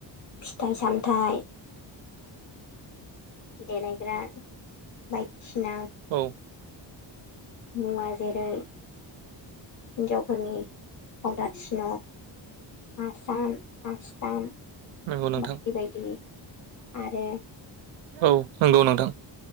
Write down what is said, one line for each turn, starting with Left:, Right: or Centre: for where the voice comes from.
Left: फिथाइ सामथायाइ देलायग्रा बायदिसिना
Right: औ
Left: मुवा जेरै हिन्जावफोरनि फावदार सिन', आसान आस्थाम
Right: नंगौ नोंथां
Left: बायदि बायदि आरो
Right: औ नंगौ नोंथां।